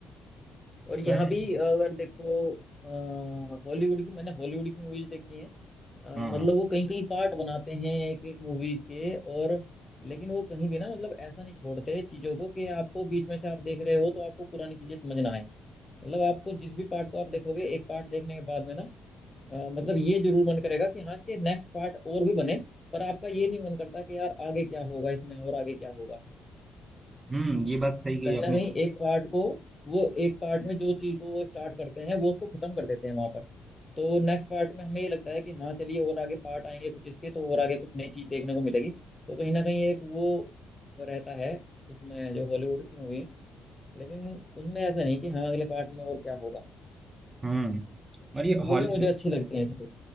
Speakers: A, on the left (about 25°); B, on the right (about 30°).
A: और यहाँ
B: तो वैसे
A: भी अगर देखो हॉलीवुड की मैंने हॉलीवुड की मूवीज देखी हैं अ,
B: हाँ,
A: मतलब वो कहीं कहीं पार्ट बनाते हैं एक एक मूवीज के और लेकिन वो कहीं भी ना मतलब ऐसा नहीं छोड़ते चीजों को कि आपको बीच में से आप देख रहे हो तो आपको पुरानी चीजें समझ ना आए मतलब आपको जिस भी पार्ट को आप देखोगे एक पार्ट देखने के बाद में ना अ, मतलब ये जरूर मन करेगा कि हाँ इसके नेक्स्ट पार्ट और भी बने पर आपका ये नहीं मन करता कि यार आगे क्या होगा इसमें और आगे क्या होगा
B: हुँ, ये बात सही कही
A: कहीं ना
B: आपने।
A: कहीं एक पार्ट को वो एक पार्ट में जो चीज को वो स्टार्ट करते हैं वो उसको खत्म कर देते हैं वहां पर तो नेक्स्ट पार्ट में हमें ये लगता है कि हाँ चलिए और आगे पार्ट आएंगे कुछ इसके तो और आगे कुछ नई चीज देखने को मिलेगी तो कहीं ना कहीं एक वो रहता है उसमें जो हॉलीवुड की मूवी है लेकिन उसमें ऐसा नहीं कि हाँ अगले पार्ट में और क्या होगा
B: हुँ, और ये
A: तो वो
B: हॉल
A: भी मुझे अच्छी लगती है इसलिए